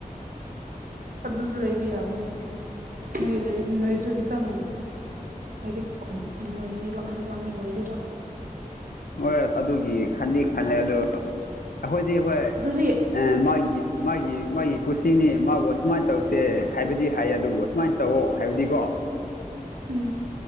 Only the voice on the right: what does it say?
ꯑꯗꯨꯗ ꯂꯩꯕ ꯌꯥꯕꯅꯤ ꯅꯣꯏ ꯂꯩꯔꯤꯗꯤ ꯅꯣꯏꯁꯨ ꯈꯤꯇꯪ ꯍꯥꯏꯗꯤ ꯀꯣ ꯑꯣꯏꯅꯤꯕ ꯂꯨꯝ ꯑꯅꯤ ꯑꯣꯏꯔꯤꯕꯣ
ꯑꯗꯨꯗꯤ
ꯎꯝ